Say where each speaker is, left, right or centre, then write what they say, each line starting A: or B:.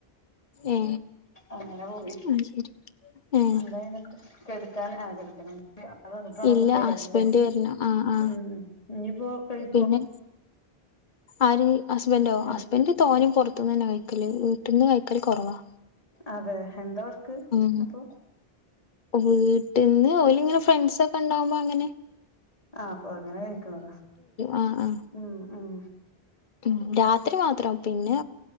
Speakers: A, on the left; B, on the left.
A: ഏ
B: അങ്ങനെ പോയി
A: അത് ശരി ഏ
B: എന്തായിന്നിട്ട് ആ കിടക്കണം ആൾ വന്നിട്ട് വേണം
A: ഇല്ല
B: ഫുഡ്കഴിക്കാൻല്ലേ
A: ഹസ്ബൻഡ് വരണം ആ ആ
B: ഉം ഉം ഇനിയിപ്പോ കഴി
A: പിന്നെ ആര് ഹുസ്ബൻഡ്ഓ
B: ഇങ്ങ
A: ഹസ്ബഇന്റ് തോനെയും പുറത്തുന്ന് തന്നെയാ കഴിക്കല് വീട്ടിൽന്നന്ന് കഴിക്കല് കൊറവാ കുറവാ.
B: അതെ എന്താവർക്ക്
A: ഉം
B: അപ്പൊ
A: വീട്ടിൽന്ന് ഓല് ഇങ്ങനെ ഫ്രണ്ട്സ് ഒക്കെ ഉണ്ടാവുമ്പോ ഇങ്ങനെ
B: ആ അപ്പൊ അങ്ങനെ കഴിക്കണതാ
A: ആ ആ
B: ഉം ഉം
A: ഉം രാത്രി മാത്രം പിന്നെ